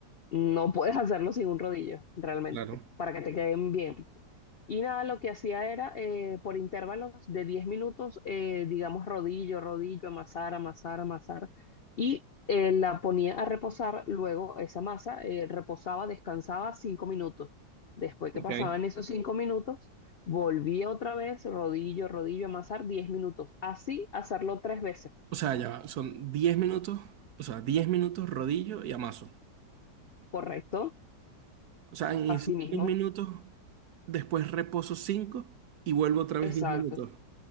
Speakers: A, on the left; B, on the right.
A: no <laughs> puedes hacerlo sin un rodillo realmente,
B: claro.
A: para que te queden bien. Y nada, lo que hacía era eh, por intervalos de 10 minutos, eh, digamos rodillo, rodillo, amasar, amasar, amasar, y eh, la ponía a reposar, luego esa masa eh, reposaba, descansaba 5 minutos. Después que
B: Ok.
A: pasaban esos 5 minutos, volvía otra vez, rodillo, rodillo, amasar 10 minutos. Así hacerlo tres veces,
B: O sea, ya va, son 10 minutos, o sea, 10 minutos rodillo y amaso.
A: ¿correcto?
B: O sea, en
A: Así
B: esos
A: mismo,
B: 10 minutos, después reposo 5 y vuelvo otra
A: exacto.
B: vez 10 minutos. O